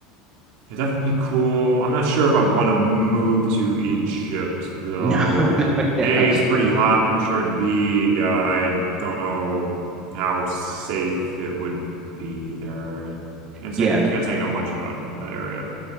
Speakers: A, on the right; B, on the right.
A: It'd definitely be cool. I'm not sure if I'd want to move to Egypt though.
B: No, no, yeah,
A: A, it's pretty hot, I'm sure, and B, yeah, I don't know how safe it would be there. Can't
B: yeah.
A: say can't say I know much about that area.